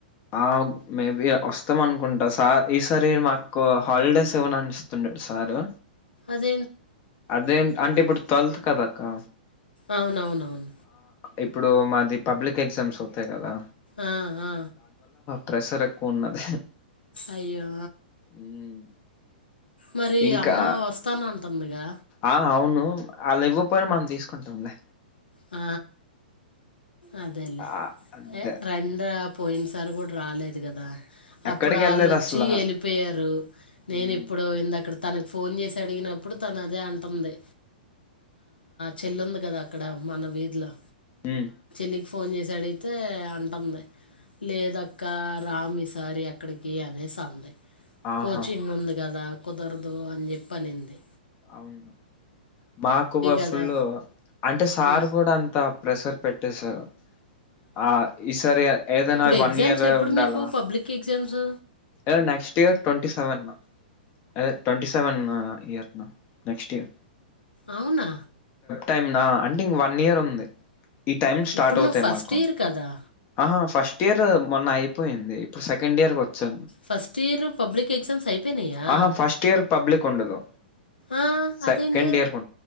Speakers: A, on the left (about 35°); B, on the left (about 85°).
A: ఆ మేబి వస్తాం అనుకుంటా సార్ ఈసారి మాకు హాలిడేస్ ఏవనా అనిపిస్తుండాడు సారు
B: ద
A: అదే అంటే ఇప్పుడు తట్్వల్త్ కదాక్క
B: అవునవునవును
A: ఇప్పుడు మాది పబ్లిక్ ఎగ్జామ్స్ అతాయి కదా
B: ఆ ఆా
A: ప్రెసర్ ఎక్కువ ఉన్నది
B: అయ్యో
A: మ్మ్.
B: మరి
A: ఇంకా
B: అమ్మ వస్తానంత పొమిగా
A: ఆ అవును అళ్ళ ఇవ్వపోయినా మనం తీసుకుంటుంది
B: ఆ అదేలేే
A: ఆ అదే
B: ర పోయింట్స్ సర కూడా రాలేదు కదా
A: ఎక్కడికి
B: అప్పుడు వాళ్ళొచ్చి
A: వెళ్ళలేదు అసలా
B: వెళ్ళిపోయారు నేను
A: ఉమ్.
B: ఇప్పుడు ఇంద అక్కడ తన ఫోన్ చేసి అడిగినప్పుడు తను అదే అంటుంది చెల్లుంది కదా అక్కడ మన వీధిలో
A: హ
B: తళ్ళకి ఫోన్ చేసాడయితే అంటుంది లేదక్క రామిసారి అక్కడికి అనేసి అంది
A: ఆహా
B: కోచింగ్ ఉంది కదా కుదరదు అని చెప్పనింది
A: అవును మాకు
B: కదా
A: ఫుల్ అంటే సార్
B: ఆ
A: కూడా అంత ప్రెసర్ పెట్టేశారు ఆ ఈ సారి ఏదైనా
B: ఇప్పుడు
A: వన్
B: ఎగ్జామ్స్
A: ఇయర్
B: ఎప్పుడు
A: ఉండాలా
B: మీకు పబ్లిక్ ఎగ్జామ్స్
A: ఏ నెక్స్ట్ ఇయర్ట్వ వ అదే twenty seven year next year
B: అవునా
A: టైమ్నా అంటే ఇం వన్ ఇయర్ ఉంది ఈ టైమ్ స్టార్ట్
B: ఇప్పుడు
A: అవుతాయి
B: నువ్వు ఫస్ట్
A: మాకు
B: ఇయర్ కదా
A: ఆహ ఫస్ట్ ఇయర్ మొన్న అయిపోయింది ఇప్పుడు సెకండ్ ఇయర్ వచ్చా
B: ఫస్ట్ ఇయర్ పబ్లిక్ ఎగ్జామ్స్ అయిపోయినాయా
A: ఆహా ఫస్ట్ ఇయర్ పబ్లిక్ ఉండదు
B: ఆ
A: సెకండ్
B: అదేంటి
A: ఇయర్ కొ